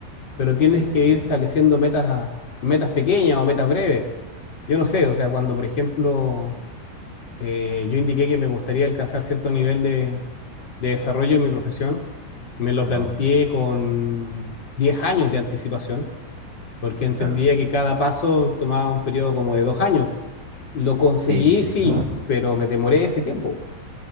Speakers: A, on the left; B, on the right.
A: pero tienes
B: Sí, sí.
A: que ir estableciendo metas, metas pequeñas o metas breves. Yo no sé, o sea, cuando por ejemplo Eh, yo indiqué que me gustaría alcanzar cierto nivel de, de desarrollo en mi profesión. Me lo
B: Ajá,
A: planteé con 10 años de anticipación, porque entendía
B: claro.
A: que cada paso tomaba un periodo como de dos años. Lo conseguí,
B: Sí, sí, sí.
A: sí, pero me demoré ese tiempo.